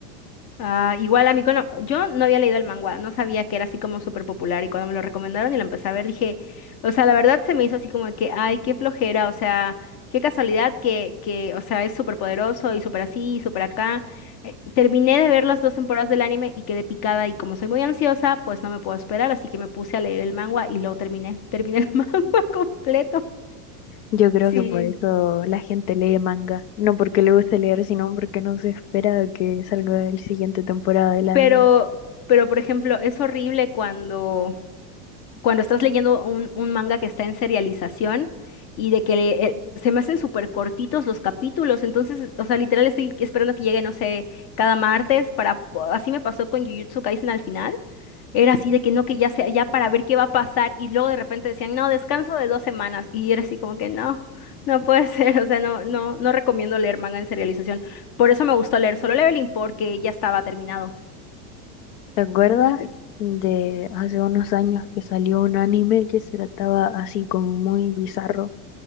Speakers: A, on the left (about 45°); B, on the left (about 65°).
A: Ah, igual a mí, cuando, yo no había leído el manga, no sabía que era así como súper popular y cuando me lo recomendaron y lo empecé a ver, dije, o sea, la verdad se me hizo así como de que, ay, qué flojera, o sea, qué casualidad que, que o sea, es súper poderoso y súper así y súper acá. Eh, terminé de ver las dos temporadas del anime y quedé picada y como soy muy ansiosa, pues no me puedo esperar, así que me puse a leer el manga y lo terminé, terminé el <laughs> manga completo.
B: Yo creo
A: Sí,
B: que por eso la gente lee manga, no porque le guste leer, sino porque no se espera que salga el siguiente temporada del anime.
A: Pero, pero por ejemplo, es horrible cuando, cuando estás leyendo un, un manga que está en serialización y de que eh, se me hacen súper cortitos los capítulos. Entonces, o sea, literal estoy esperando que llegue, no sé, cada martes para, po- así me pasó con Jujutsu Kaisen al final. Era así de que no, que ya sea, ya para ver qué va a pasar. Y luego de repente decían, no, descanso de dos semanas. Y era así como que no, no puede ser. <laughs> O sea, no, no, no recomiendo leer manga en serialización. Por eso me gustó leer Solo Leveling, porque ya estaba terminado.
B: ¿Te acuerdas de hace unos años que salió un anime que se trataba así como muy bizarro,